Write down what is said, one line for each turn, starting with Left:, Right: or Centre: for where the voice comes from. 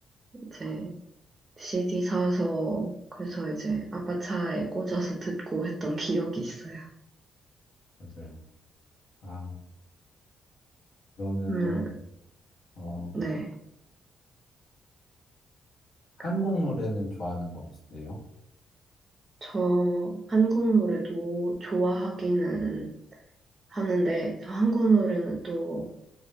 Right: 이제 CD 사서, 그래서 이제 아빠 차에 꽂아서 듣고 했던 <laughs> 기억이 있어요.
Left: 맞아요. 아, 그러면은,
Right: 음,
Left: 어,
Right: 네.
Left: 한국
Right: 그
Left: 노래는 좋아하는 거 없으세요?
Right: 저 한국 노래도 좋아하기는 하는데, 저 한국 노래는 또,